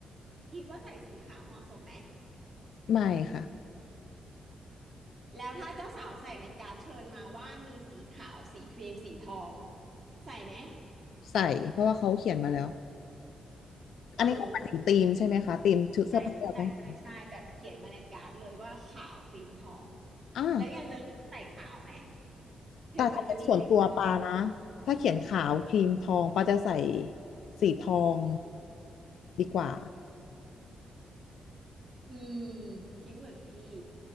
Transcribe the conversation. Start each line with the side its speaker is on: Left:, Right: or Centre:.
Right: คิดว่าใส่สีขาวเหมาะสมไหม
Left: ไม่ค่ะ
Right: แล้วถ้าเจ้าสาวใส่ในการ์ดเชิญมาว่ามีสีขาวสีครีมสีทองใส่ไหม
Left: ใส่เพราะว่าเขาเขียนมาแล้ว
Right: เออ
Left: อันนี้เขาหมายถึงธีมใช่ไหมคะธีมชุดเสื้อผ้าที่เราต้องใส่
Right: ใช่ใช่ใช่ใช่ใช่แบบเขียนมาในการ์ดเลยว่าขาวครีมทอง
Left: อ่า
Right: แล้วยังจะเลือกใส่ขาวไหมถึงมันจะมีครีมกับทอง
Left: แต่ถ้าเป็นส่วนตัวปานะถ้าเขียนขาวครีมทองปาจะใส่สีทองดีกว่า
Right: อืมคิดเหมือนพี่